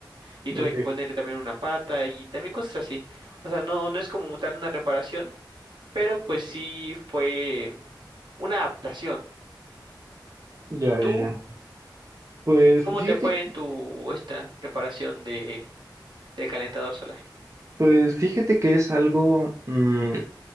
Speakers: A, on the right; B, on the right.
A: Y tuve
B: ok.
A: que ponerle también una pata y también cosas así. O sea, no, no es como tal una reparación, pero pues sí fue una adaptación.
B: Ya,
A: ¿Tú
B: ya, ya. Pues
A: cómo
B: fíjate
A: te fue en tu esta reparación de del calentador solar?
B: Pues fíjate que es algo mm,